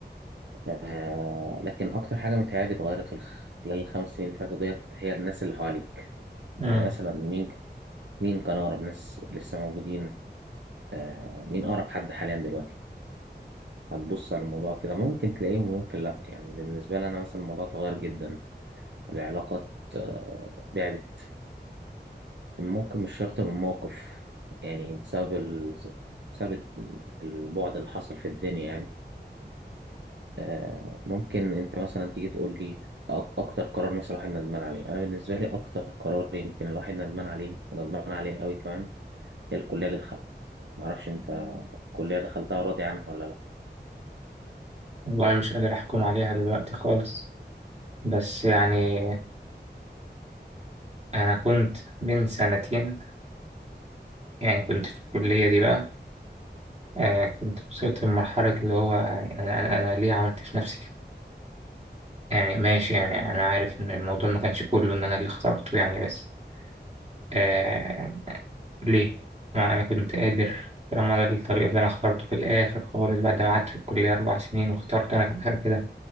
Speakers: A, on the right; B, on the right.
A: آه لكن أكتر حاجة متهيألي اتغيرت في الخ- خلال الخمس سنين اللي فاتوا ديت هي الناس اللي حواليك
B: مم.
A: يعني مثلا مين مين كان أقرب ناس لسه موجودين آه مين أقرب حد حاليا دلوقتي هتبص على الموضوع كده ممكن تلاقيهم ممكن لأ يعني بالنسبة لي أنا مثلا الموضوع اتغير جدا العلاقات آه بعدت ممكن مش شرط من موقف يعني بسبب ال... بسبب البعد اللي حصل في الدنيا يعني آه ممكن أنت مثلا تيجي تقول لي أك- أكتر قرار مثلا الواحد ندمان عليه أنا بالنسبة لي أكتر قرار يمكن الواحد ندمان عليه وندمان عليه أوي كمان هي الكلية اللي دخلها معرفش أنت الكلية دخلتها راضي عنها ولا لأ
B: والله مش قادر أحكم عليها دلوقتي خالص بس يعني أنا كنت من سنتين يعني كنت في الكلية دي بقى آه كنت وصلت لمرحلة اللي هو يعني أنا, أنا أنا ليه عملت في نفسي كده يعني ماشي يعني أنا عارف إن الموضوع ما كانش كله إن أنا اللي اخترته يعني بس آه ليه؟ ما أنا كنت قادر طالما ده الطريق اللي أنا اخترته في الآخر خالص بعد ما قعدت في الكلية أربع سنين واخترت أنا في الآخر كده